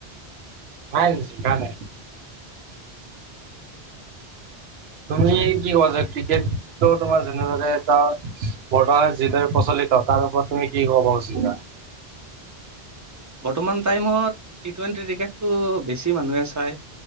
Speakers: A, on the right (about 70°); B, on the right (about 20°).
A: নাই জিকা নাই। তুমি কি কোৱা যে ক্ৰিকেট তোমাৰ <unintelligible> এটা বৰ্তমান যিদৰে প্ৰচলিত তাৰ ওপৰত তুমি কি ক'ব খুজিবা?
B: বৰ্তমান টাইমত টি টুৱেণ্টি ক্ৰিকেটটো বেছি মানুহে চায়